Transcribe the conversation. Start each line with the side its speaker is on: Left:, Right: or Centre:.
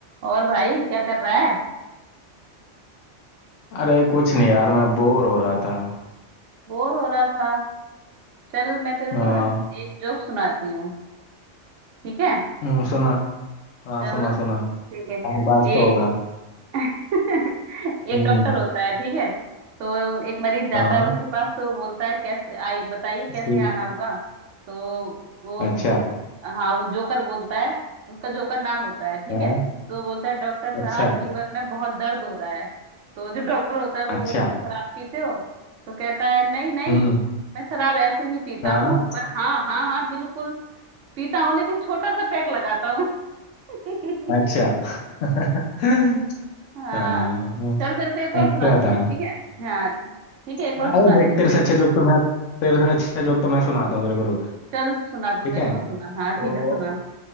Right: और भाई क्या कर रहा है
Left: अरे कुछ नहीं यार मैं बोर हो रहा था
Right: बोर हो रहा था चल मैं तेरे
Left: हाँ
Right: को ना एक जोक सुनाती हूँ ठीक है
Left: हम्म, सुना हाँ
Right: चल
Left: सुना सुना
Right: ठीक है
Left: टाइम पास
Right: ये
Left: तो होगा
Right: <laughs> एक
Left: हम्म
Right: डॉक्टर होता है ठीक है तो एक मरीज जाता
Left: हाँ
Right: है उसके पास तो बोलता है कैसे आई बताइए कैसे
Left: ठीक
Right: आना हुआ तो वो
Left: है।
Right: बो-
Left: अच्छा
Right: हाँ वो जोकर बोलता है उसका जोकर नाम होता है ठीक
Left: हाँ
Right: है तो वो बोलता है डॉक्टर साहब
Left: अच्छा
Right: लीवर में बहुत दर्द हो रहा है तो जो डॉक्टर होता है वो
Left: अच्छा
Right: बोलता है शराब पीते हो तो कहता है नहीं नहीं
Left: हम्म
Right: मैं शराब ऐसे नहीं पीता
Left: हाँ
Right: हूँ पर हाँ हाँ हाँ बिल्कुल पीता हूँ लेकिन छोटा सा पैक लगाता हूँ <laughs>
Left: अच्छा <laughs>
Right: हाँ
Left: हाँ वो
Right: चल तेरे को एक और
Left: अच्छा
Right: सुनाती
Left: था
Right: हूँ ठीक है हाँ ठीक है
Left: अरे
Right: एक और सुनाती
Left: देख
Right: हूँ
Left: तेरे
Right: तेरे-
Left: से अच्छा जोक तो मैं तेरे से अच्छा जोक तो मैं सुनाता हूँ तेरे को रुक
Right: चल सुना तू
Left: ठीक
Right: मेरे
Left: है
Right: को सुना
Left: तो
Right: हाँ ठीक है सुना